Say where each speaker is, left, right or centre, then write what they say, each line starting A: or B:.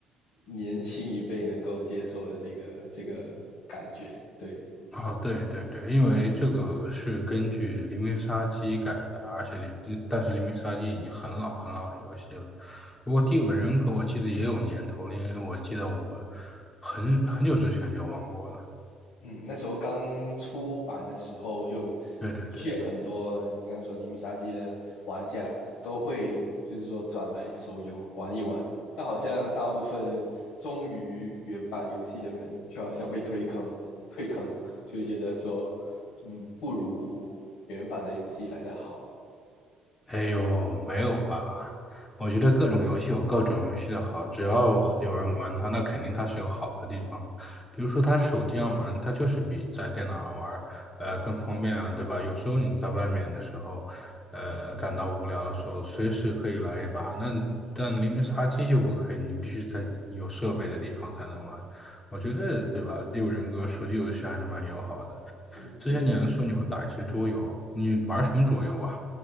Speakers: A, on the left; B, on the left.
A: 年轻一辈能够接受的这个这个感觉，对。
B: 哦，对对对，因为这个是根据《黎明杀机》改的，而且黎，但是《黎明杀机》已经很老很老的游戏了。不过《第五人格》我记得也有年头了，因为我记得我很很久之前就玩过了。
A: 嗯，那时候刚出版的时候就，
B: 对对对。
A: 的确很多你刚刚说《黎明杀机》的玩家都会就是说转来手游玩一玩，但好像大部分忠于原版游戏的人，就好像会退坑，退坑，就会觉得说，嗯，不如原版的游戏来得好。
B: 哎呦，没有吧？我觉得各种游戏有各种游戏的好，只要有人玩它，那肯定它是有好的地方。比如说，它手机上玩，它就是比在电脑上玩，呃，更方便啊，对吧？有时候你在外面的时候，呃，感到无聊的时候，随时可以来一把。那但黎明杀机就不可以，你必须在有设备的地方才能玩。我觉得，对吧？第五人格手机游戏还是蛮友好的。
A: 嗯，
B: 之前你还说你会打一些桌游，
A: 对。
B: 你玩什么桌游啊？